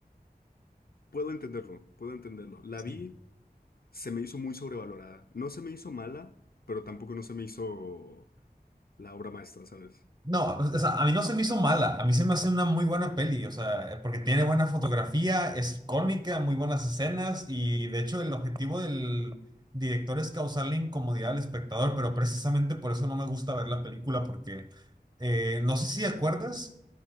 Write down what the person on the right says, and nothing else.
Sí.
No, o sea, a mí no se me hizo mala, a mí se me hace una muy buena peli, o sea, porque tiene buena fotografía, es icónica, muy buenas escenas y de hecho el objetivo del director es causarle incomodidad al espectador, pero precisamente por eso no me gusta ver la película porque eh, no sé si acuerdas,